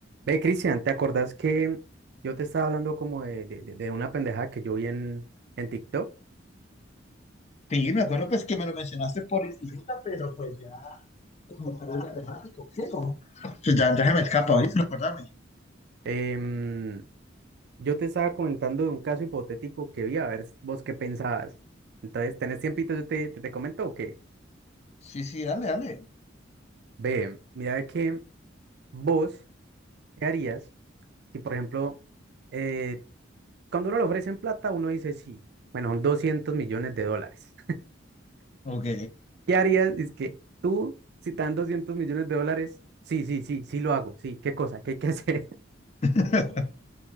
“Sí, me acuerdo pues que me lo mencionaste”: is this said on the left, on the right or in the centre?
Left